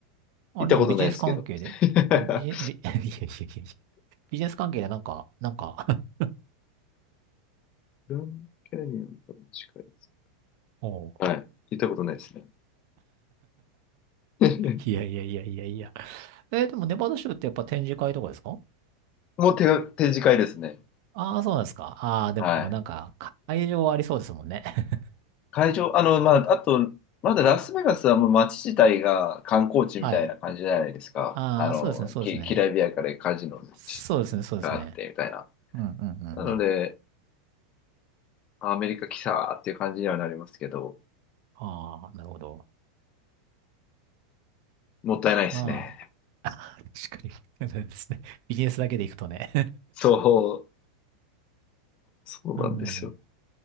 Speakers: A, on the right (about 55°); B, on the left (about 40°).
A: あれでもビジネス関係でうんビジネ、
B: 行ったことないですけど。<laughs> グラ
A: ビ、<laughs> いやいやいやいやビジネス関係でなんか、なんか <laughs>
B: ンドキャニオンとかも近いです。
A: おう
B: はい。行ったことないですね。<laughs>
A: いやいやいやいやいや。えーでもネバダ州ってやっぱ展示会とかですか
B: もう手が、展示会ですね。
A: ああー、そうなんですか。ああ、でもなんか、
B: はい。
A: 会場ありそうですもんね。<laughs>
B: 会場、あの、まあ、あと、まだラスベガスはもう街自体が観光地みたいな感じじゃないですか。
A: はい。ああ、
B: あの、
A: そうですね、そうですね。
B: ききらびやかでカジノ
A: そうですね、そうですね。
B: があってみたいな。
A: うんうんうんうん。
B: なので、アメリカ来たっていう感じにはなりますけど、
A: ああ、なるほど。
B: もったいないですね。
A: まあ、確かに、そうですね。ビジネスだけでいくとね。
B: そう、そうなんですよ。
A: <laughs> うん。